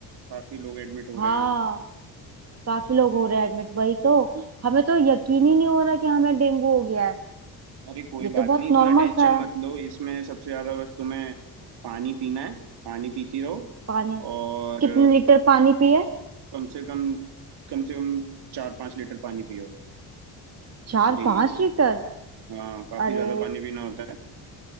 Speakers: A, on the right (about 65°); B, on the right (about 35°).
A: काफी लोग एडमिट हो
B: हाँ
A: रहे हैं
B: काफी लोग हो रहे हैं एडमिट वही तो हमें तो यकीन ही नहीं हो रहा कि हमें डेंगू हो गया है
A: अरे कोई
B: ये
A: बात
B: तो बहुत
A: नहीं इतना
B: नॉर्मल
A: टेंशन
B: सा है
A: मत लो इसमें सबसे ज्यादा बस तुम्हें पानी पीना है पानी पीती रहो
B: पानी
A: और
B: कितने लीटर पानी पिए
A: कम से कम कम से कम चार पाँच लीटर पानी पियो
B: चार
A: डेली
B: पांच लीटर
A: हाँ काफी
B: अरे
A: ज्यादा पानी पीना होता है